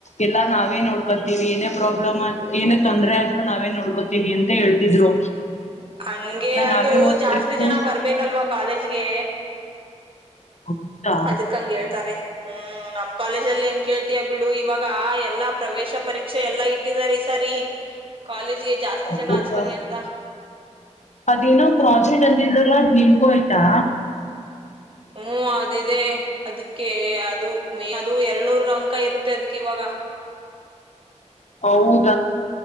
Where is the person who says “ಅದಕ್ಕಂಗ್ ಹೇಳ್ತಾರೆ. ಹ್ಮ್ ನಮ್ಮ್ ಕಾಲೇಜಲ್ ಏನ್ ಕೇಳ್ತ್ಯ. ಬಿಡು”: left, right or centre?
Right